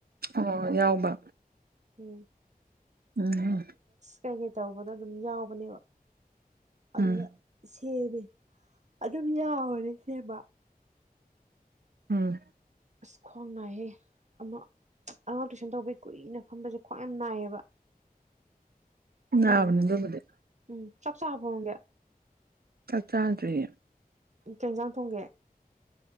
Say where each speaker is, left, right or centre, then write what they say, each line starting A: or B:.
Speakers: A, on the right; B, on the right.
A: ꯑꯣ ꯌꯥꯎꯕ
B: ꯎꯝ
A: ꯎꯝꯍꯨꯝ
B: ꯀꯩ ꯀꯩ ꯇꯧꯕꯗꯣ ꯑꯗꯨꯝ ꯌꯥꯎꯕꯅꯦꯕ ꯑꯗꯨꯗ
A: ꯎꯝ
B: ꯁꯤ ꯁꯦꯃꯦ ꯑꯗꯨꯝ ꯌꯥꯕꯅꯦ ꯁꯦꯝꯕ
A: ꯎꯝ
B: ꯑꯁ ꯈ꯭ꯋꯥꯡ ꯅꯥꯏꯍꯦ ꯑꯃ ꯑꯉꯥꯡ ꯇꯨꯏꯁꯟ ꯇꯧꯕꯩ ꯀꯨꯏꯅ ꯐꯝꯕꯖꯦ ꯈ꯭ꯋꯥꯡ ꯌꯥꯝ ꯅꯥꯏꯌꯦꯕ
A: ꯅꯥꯕꯅꯤ
B: ꯅꯥꯕ
A: ꯗꯨꯕꯨꯗꯤ
B: ꯎꯝ ꯆꯥꯛ ꯆꯥꯔꯕꯣ ꯅꯪꯗꯤ
A: ꯆꯥꯛ ꯆꯥꯗ꯭ꯔꯤꯌꯦ
B: ꯀꯩ ꯏꯟꯖꯥꯡ ꯊꯣꯡꯒꯦ